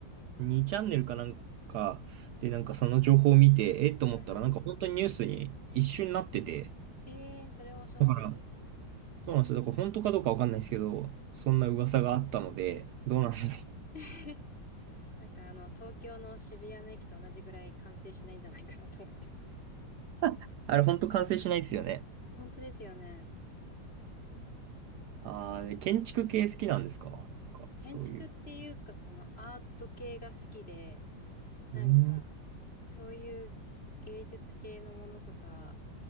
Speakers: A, on the right; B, on the left.
A: 2チャンネルかなんかでなんかその情報を見て、えっと思ったらなんか本当にニュースに一瞬なってて、
B: はい。えー、それは知らなかったです。
A: だから、そうなんですよ。だから本当かどうかわかんないですけど、そんな噂があったので、どうなんだろう。
B: <laughs> なんかあの、東京の渋谷の駅と同じぐらい完成しないんじゃないかなと思ってます。
A: <laughs> あれ本当完成しないですよね。
B: 本当ですよね。
A: ああ、建築系好きなんですかなんかそういう。
B: 建築っていうか、そのアート系が好きで、なんか、
A: うん。
B: そういう芸術系のものとか